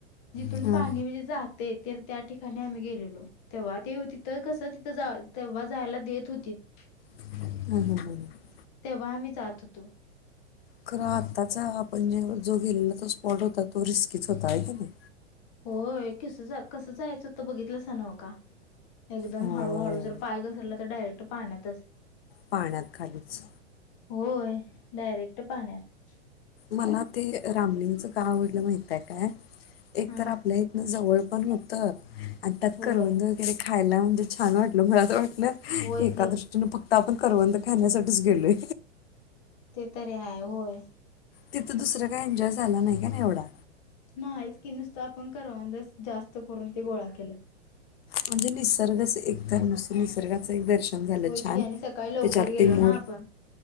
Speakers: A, on the left; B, on the left.
A: जिथून
B: हां
A: पाणी म्हणजे जाते तर त्या ठिकाणी आम्ही गेलेलो तेव्हा ते होते तिथं कसं जावं तेव्हा जायला देत होतीत
B: ह, ह, ह,
A: तेव्हा आम्ही जात होतो
B: खरं आताचा आपण जे जो गेलेला तो स्पॉट होता तो रिस्कीच होता आहे की नाही
A: होय कि कसा जायचं ते बघितलं नव का एकदम
B: होय
A: हळूहळू जर पाय घसरला तर डायरेक्ट पाण्यातच
B: पाण्यात खालीच
A: होय डायरेक्ट पाण्यात
B: मला ते रामलिंग का आवडलं माहित आहे काय एक
A: हा
B: तर आपल्या इथून जवळ पण होत आतात
A: होय
B: करवंद वगैरे खायला म्हणजे छान वाटल मला वाटत ना
A: होय
B: एका
A: की
B: दृष्टीने आपण करवंद खाण्यासाठीच गेलो
A: ते तरी हाय होय
B: तिथं दुसरं काय एन्जॉय झाला नाही का ना एवढा
A: नाहीच की नुसतं आपण करवंदच जास्त करून ते गोळा केले
B: म्हणजे निसर्गाच एक तर नुसत निसर्गाचे एक दर्शन मंग झालं
A: होय
B: छान
A: की आणि सकाळी लवकर
B: त्याच्यात
A: गेलो
B: ते मोर
A: ना आपण